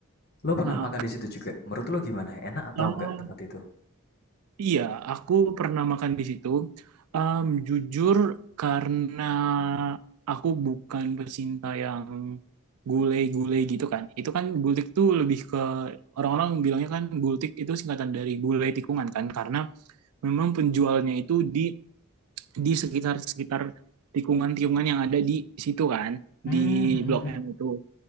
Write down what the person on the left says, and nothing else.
Lo pernah
makan di situ juga? Menurut lo gimana? Enak atau
enggak tempat itu?
Hmm, <laughs> hmm, hmm,
hmm.